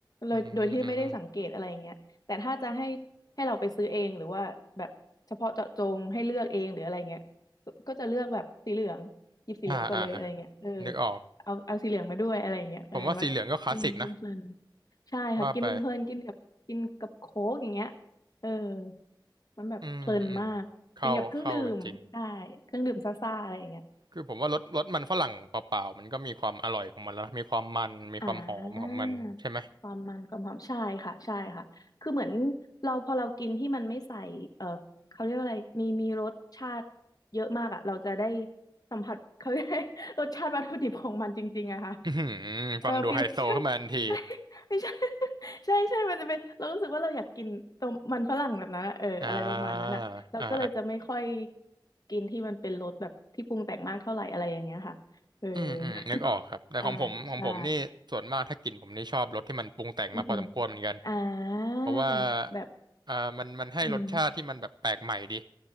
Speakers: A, on the left; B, on the right.
A: เลยโดยที่ไม่ได้สังเกตอะไรเงี้ยแต่ถ้าจะให้ให้เราไปซื้อเองหรือว่าแบบเฉพาะเจาะจงให้เลือกเองหรืออะไรเงี้ยก็ก็จะเลือกแบบสีเหลืองหยิบสีเหลืองก่อนเลยอะไรเงี้ยเออ
B: อืมอืมอ่าอ่านึกออก
A: เอาเอาสีเหลืองมาด้วยอะไรเงี้ยเออมากินเพลินๆใช่ค่ะกินเพลินๆกินกับกินกับโค้กอย่างเงี้ย
B: ผมว่าสีเหลืองก็คลาสสิกนะว่าไป
A: เออมันแบบเพลินมาก
B: อืมอืมเข้าเข้ากันจริง
A: กินกับเครื่องดื่มได้เครื่องดื่มซ่าๆอะไรอย่างเงี้ย
B: คือผมว่ารสรสมันฝรั่งเปล่าๆมันก็มีความอร่อยของมันแล้วนะมีความมันมีความหอมของมันใช่ไหม
A: อ่าความมันความหอมใช่ค่ะใช่ค่ะคือเหมือนเราพอเรากินที่มันไม่ใส่เออเขาเรียกว่าอะไรมีมีรสชาติเยอะมากอ่ะเราจะได้สัมผัสเขาเรียก <laughs> รสชาติวัตถุดิบของมันจริงๆอะค่ะ
B: อื้อหือฟังดูไฮโซขึ้นมาทันที
A: เออฟิวใช่ใช่ไม่ใช่ <laughs> ใช่ใช่มันจะเป็นเรารู้สึกว่าเราอยากกินต้มมันฝรั่งแบบนั้นอะเอออะไรประมาณนั้นอะเราก็เลยจะไม่ค่อย
B: อ่าอ่าอ่า
A: กินที่มันเป็นรสแบบที่ปรุงแต่งมากเท่าไหร่อะไรอย่างเงี้ยค่ะเออ
B: อืมอืมนึกออกครับแต่ของผมของผมนี่ส่วนมากถ้ากินผมนี่ชอบรสที่มันปรุงแต่งมาพอสมควรเหมือนกัน
A: <laughs> ใช่ใช่อืมอืมอ่า
B: เพราะว่า
A: แบบ
B: อ่ามันมันให้รสชาติที่มันแบบแปลกใหม่ดี
A: อืม